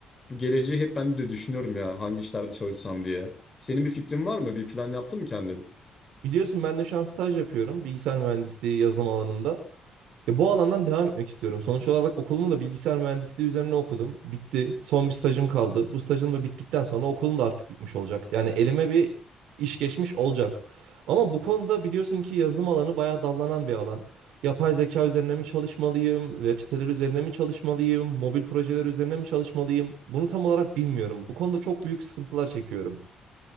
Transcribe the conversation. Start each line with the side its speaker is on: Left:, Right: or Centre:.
Left: bu geleceği hep ben de düşünüyorum ya hangi işlerde çalışsam diye. Senin bir fikrin var mı? Bir plan yaptın mı kendin?
Right: Biliyorsun ben de şu an staj yapıyorum. Bilgisayar mühendisliği yazılım alanında. Ya bu alandan devam etmek istiyorum. Sonuç olarak okulumu da bilgisayar mühendisliği üzerine okudum. Bitti. Son bir stajım kaldı. Bu stajım da bittikten sonra okulum da artık bitmiş olacak. Yani elime bir iş geçmiş olacak. Ama bu konuda biliyorsun ki yazılım alanı bayağı dallanan bir alan. Yapay zeka üzerine mi çalışmalıyım? Web siteleri üzerine mi çalışmalıyım? Mobil projeler üzerine mi çalışmalıyım? Bunu tam olarak bilmiyorum. Bu konuda çok büyük sıkıntılar çekiyorum.